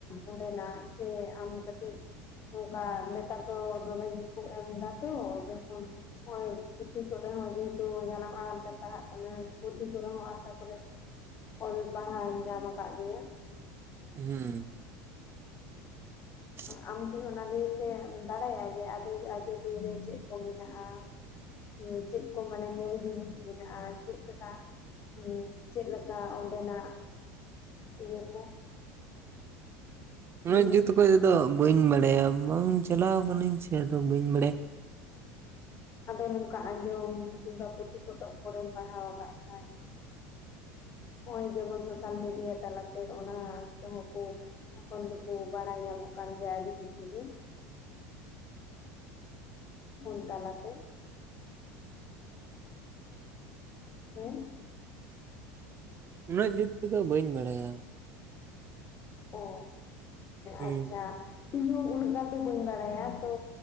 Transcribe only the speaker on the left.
ᱚᱸᱰᱮᱱᱟᱜ ᱥᱮ ᱟᱢ ᱠᱟᱹᱴᱤᱡ ᱱᱚᱝᱠᱟ ᱱᱮᱛᱟᱨ ᱫᱚ ᱫᱚᱢᱮ ᱜᱮᱠᱚ ᱮᱢ ᱮᱫᱟ ᱛᱚ ᱡᱚᱠᱷᱚᱱ ᱱᱚᱸᱜᱚᱭ ᱯᱩᱛᱤ ᱠᱚ ᱨᱮ ᱦᱚᱸ ᱡᱮᱦᱮᱛᱩ ᱡᱟᱱᱟᱢ ᱟᱲᱟᱝ ᱛᱮᱢ ᱯᱟᱲᱦᱟᱜ ᱠᱟᱱᱟ ᱯᱩᱛᱷᱤ ᱠᱚᱨᱮ ᱦᱚᱸ ᱟᱥᱟ ᱠᱚᱨᱮ ᱚᱞ ᱯᱟᱲᱦᱟᱣ ᱧᱟᱢ ᱟᱠᱟᱫ ᱜᱮᱭᱟ ᱾
ᱟᱢ ᱠᱤ ᱚᱱᱟ ᱱᱤᱭᱟᱹ ᱛᱮ ᱵᱟᱲᱟᱭᱟ ᱡᱮ ᱟᱡᱚᱫᱤᱭᱟᱹ ᱪᱮᱫ ᱠᱚ ᱢᱮᱱᱟᱜ-ᱟ ᱾ ᱪᱮᱫ ᱠᱚ ᱢᱟᱱᱮ ᱧᱮᱞ ᱡᱤᱱᱤᱥ ᱢᱮᱱᱟᱜ-ᱟ, ᱪᱮᱫ ᱞᱮᱠᱟ ᱦᱩᱸ ᱪᱮᱫ ᱞᱮᱠᱟ ᱚᱸᱰᱮᱱᱟᱜ <inaudible> ᱤᱭᱟᱹ ᱠᱚ ᱾
ᱡᱤᱱᱤᱥ
ᱠᱚ
ᱟᱫᱚ ᱱᱚᱝᱠᱟ ᱟᱸᱡᱚᱢ ᱠᱤᱝᱵᱟ ᱯᱩᱛᱷᱤ ᱯᱚᱛᱚᱵ ᱠᱚᱨᱮᱢ ᱯᱟᱲᱦᱟᱣ ᱟᱠᱟᱫ ᱠᱷᱟᱡ ᱱᱚᱸᱜ-ᱚᱭ ᱡᱮᱢᱚᱱ ᱥᱳᱥᱟᱞ ᱢᱤᱰᱤᱭᱟ ᱛᱟᱞᱟᱛᱮ ᱚᱱᱟ ᱛᱮᱦᱚᱸ ᱠᱚ ᱮᱠᱷᱚᱱ ᱫᱚᱠᱚ ᱵᱟᱲᱟᱭ ᱧᱟᱢᱚᱜ ᱠᱟᱱ ᱜᱮᱭᱟ ᱟᱹᱰᱤ ᱠᱤᱪᱷᱩ ᱜᱮ ᱾ ᱯᱷᱳᱱ ᱛᱟᱞᱟ ᱛᱮ ᱾ ᱦᱮᱸ <inaudible>
ᱚ
ᱟᱪᱪᱷᱟ ᱤᱧ ᱦᱚ ᱩᱱᱟᱹᱜ ᱜᱟᱱ ᱫᱚ ᱵᱟᱹᱧ ᱵᱟᱲᱟᱭᱟ, ᱛᱚ